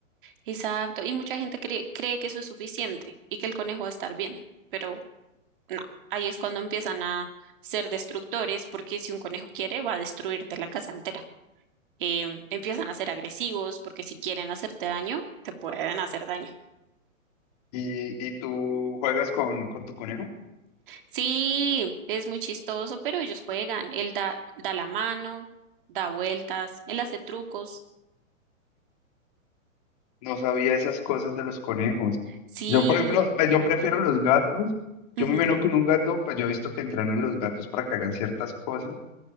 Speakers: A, on the right; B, on the left.
A: exacto. Y mucha gente cree, cree que eso es suficiente y que el conejo va a estar bien, pero No, ahí es cuando empiezan a ser destructores, porque si un conejo quiere, va a destruirte la casa entera. Em, empiezan a ser agresivos, porque si quieren hacerte daño, te pueden hacer daño.
B: ¿Y, y tú juegas con, con tu conejo?
A: Sí, es muy chistoso, pero ellos juegan. Él da, da la mano, da vueltas, él hace trucos.
B: No sabía esas cosas de los conejos.
A: Sí,
B: Yo, por ejemplo, pues, yo prefiero los gatos.
A: ujú,
B: Yo me imagino que en un gato, pues yo he visto que entrenan los gatos para que hagan ciertas cosas,